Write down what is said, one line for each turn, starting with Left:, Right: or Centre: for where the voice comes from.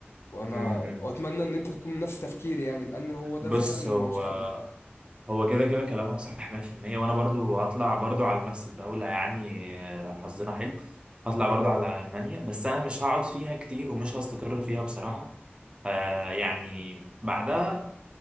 Left: وانا
Right: امم
Left: واتمنى ان انت تكون نفس تفكيري يعني لان هو ده
Right: بص
Left: فعلا من
Right: هو
Left: المستقبل
Right: هو كده كده كلامك صح 100% وانا برضو هطلع برضو على نفس الدولة يعني آه، حظنا حلو هطلع برضو على المانيا بس انا مش هقعد فيها كتير ومش هستقر فيها بصراحة آه يعني بعدها